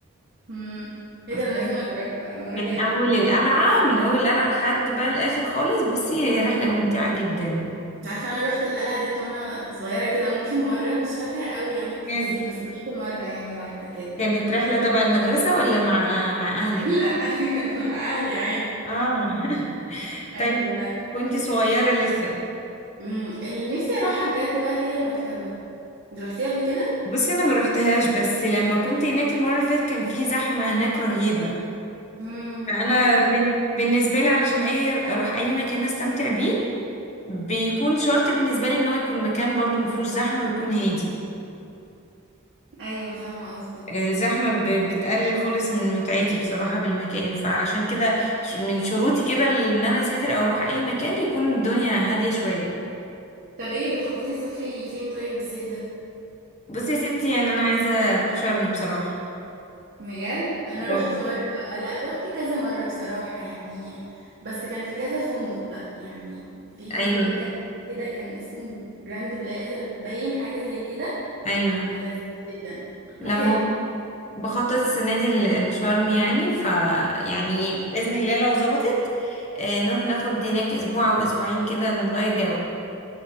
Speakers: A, on the right (about 50°); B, on the left (about 30°).
A: امم ايه
B: ف-
A: ده انا لازم انا اجربه بقى المره
B: من
A: الجايه بياخدوني
B: اول القلعة
A: معايا
B: من اول القلعة لحد بقى الاخر خالص بصي هي رحلة ممتعة جدا
A: انت عارفه انا رحت القلعه ديت وانا صغيره كده ممكن مره مش فاكره قوي يعني التفاصيل
B: كانت
A: بس رحت مره يعني واحده كده
B: كانت رحلة تبع المدرسة ولا مع مع اهلك
A: <laughs> لا كانت مع اهلي عادي
B: اه <laughs>
A: ايوه
B: طيب
A: لا لا
B: كنت صغيرة لسه
A: امم اللي نفسي اروحها بجد بقى هي المكتبه انت رحتيها قبل كده
B: بصي انا ما روحتهاش بس لما كنت هناك المرة اللي فاتت كان في زحمة هناك رهيبة
A: امم
B: فانا
A: هو فعلا
B: بن... بالنسبه لي علشان اي اروح اي مكان استمتع بيه بيكون شرط بالنسبه لي ان هو يكون مكان برضو مفهوش زحمه ويكون هادي
A: ايوه فاهمه قصدك
B: الزحمه ب... بتقلل خالص من متعتي بصراحه بالمكان فعلشان كده ش- من شروطي كده ان انا اسافر او اروح اي مكان يكون الدنيا هاديه شويه
A: طب ايه بتخططي تسافري فين طيب الصيف ده
B: بصي يا ستي يعني انا عايزه اروح شرم بصراحه
A: بجد انا
B: اه
A: رحت مره لا رحت كذا مره بصراحه يعني بس كان في كذا فندق بقى يعني في فندق
B: ايوه
A: كذا كده كان اسمه جراند بلازا باين حاجه زي كده
B: ايوه
A: كان لذيذ جدا انا
B: لما
A: حلو
B: هو بخطط السنة دي ل- لشرم يعني ف يعني بإذن الله لو ظبطت آه، نروح ناخد هناك أسبوع أو أسبوعين كده نغير جو